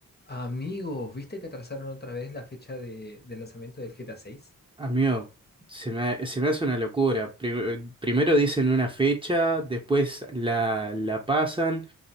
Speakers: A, on the left; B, on the right.
A: Amigos, ¿viste que atrasaron otra vez la fecha de, del lanzamiento del GTA 6?
B: Amigo, se me, se me hace una locura. Pri- Primero dicen una fecha, después la, la pasan,